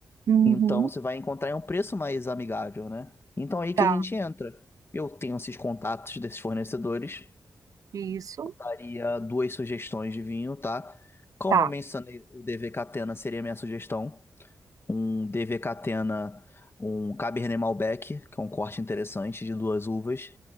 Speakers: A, on the right; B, on the left.
A: uhum.
B: Então você vai encontrar em um preço mais amigável, né? Então aí que
A: Tá,
B: a gente entra. Eu tenho esses contatos desses fornecedores,
A: isso.
B: daria duas sugestões de vinho, tá? Como
A: Tá.
B: eu mencionei, o DV Catena seria a minha sugestão um DV Catena, um Cabernet Malbec, que é um corte interessante de duas uvas.